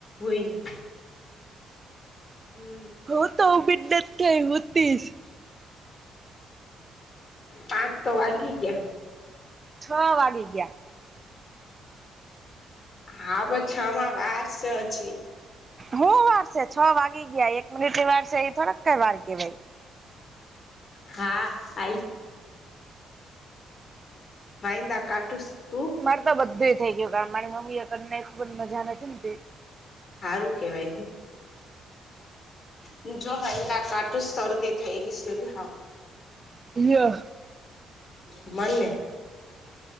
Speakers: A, on the left (about 45°); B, on the right (about 30°).
A: હોય ને? હમ.
B: હું તો બિનત થઈ હોતીશ.
A: પાંક તો વાગી ગયા.
B: છો વાગી ગયા
A: હા પન છો માં વાર સે અજી
B: હું વારસે છ વાગી ગયા એક મિનિટ ની વારસે એ થોડાક વાર કેવાય
A: હા આ <unintelligible>
B: મારે તો બધું થઇ ગયુ કામ મારી મમ્મી એ કરી નાખ્યું મન મજા નથી ને
A: હારું કેવાય, હુ જો ભાઈ કા કાટ તો શરદી થઈ ગી સન હાવ
B: લવ્યો
A: મલીએ